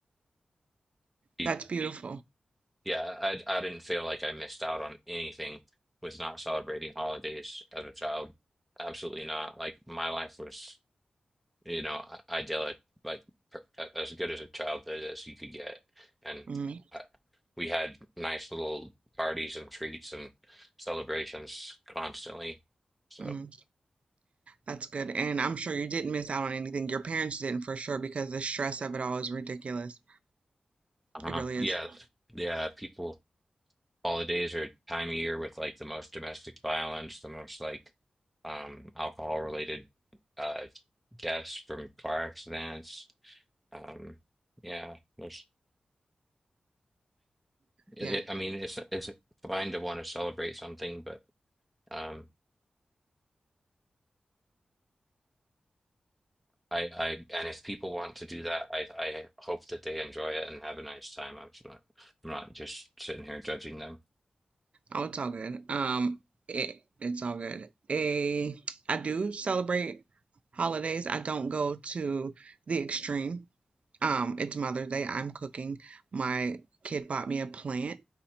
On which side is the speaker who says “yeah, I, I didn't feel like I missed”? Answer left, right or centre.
Centre